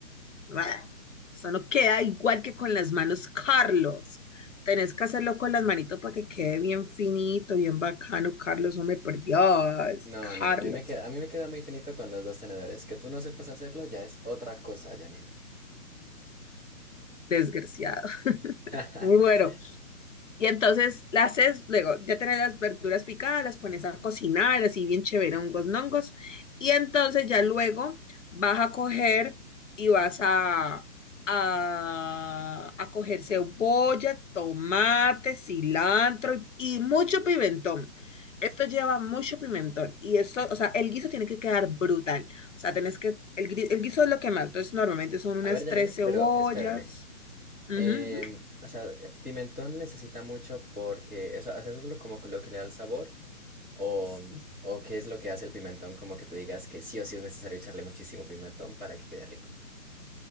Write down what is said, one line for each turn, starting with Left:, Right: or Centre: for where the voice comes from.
Left: ¡Bah! Eso no queda igual que con las manos, Carlos. Tenés que hacerlo con las manitos para que quede bien finito, bien bacano, Carlos. No me perdías,
Centre: No,
Left: Carlos.
Centre: no, a mí me queda, a mí me queda muy finito con los dos tenedores. Que tú no sepas hacerlo ya es otra cosa, Janine.
Left: Desgraciado. <laughs>
Centre: <laughs>
Left: Bueno. Y entonces las haces, luego ya tenés las verduras picadas, las pones a cocinar, así bien chévere, hongos, nongos. Y entonces ya luego vas a coger y vas a, a, a coger cebolla, tomate, cilantro y, y mucho pimentón. Esto lleva mucho pimentón y esto, o sea, el guiso tiene que quedar brutal. O sea, tenés que, el, gri- el guiso es lo que más, entonces normalmente son unas
Centre: A ver, Janine,
Left: tres cebollas.
Centre: pero espérame.
Left: Ujú,
Centre: Em, o sea, eh, pimentón necesita mucho porque eso, o sea, eso es lo, como que lo que le da el sabor o,
Left: ujú.
Centre: o qué es lo que hace el pimentón, como que tú digas que sí o sí es necesario echarle muchísimo pimentón para que quede rico.